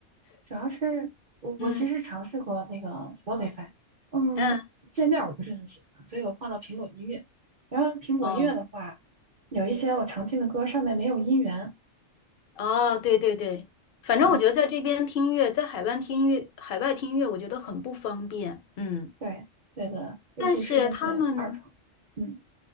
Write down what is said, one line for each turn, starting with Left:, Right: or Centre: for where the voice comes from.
Right: 主要是我我其实尝试过那个
Left: 嗯
Right: Spotify，嗯，
Left: 嗯，
Right: 界面我不是很喜欢，所以我换到苹果音乐。然后苹果音乐的话，
Left: 哦
Right: 有一些我常听的歌上面没有音源，
Left: 哦，对对对，反正我觉得在这边听音乐，
Right: 嗯，
Left: 在海外听音乐，海外听音乐，我觉得很不方便。嗯，
Right: 对对的，尤其是那些二创，
Left: 但是他们
Right: 嗯。